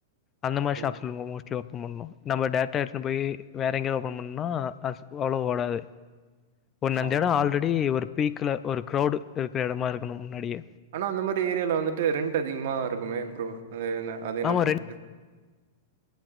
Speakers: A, on the left (about 25°); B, on the right (about 60°).
A: அந்த மாரிஷாப்மேஸ்
B: ஓ
A: ஓபன் பண்ணும் நம்மா டேரேட்டா எடுத்துட்டு போய் வேற எங்கேயும் ஓபன் பண்ணம்னா அ அவ்வளவு ஓடாது ஒண்ண அந்த
B: ஆமாமா.
A: இடம் ஆல்ரெடி ஒரு ஸ்பீக்ல ஒரு கிரவுடு இருக்கிற இடமா இருக்கணும் முன்னாடியே
B: ஆனால் அந்த மாரி ஏரியாவில் வந்துட்டு ரெண்டுட் அதிகமாக இருக்குமே ஃப்ரோ அது என்ன அது என்ன
A: ஆமா
B: பண்றது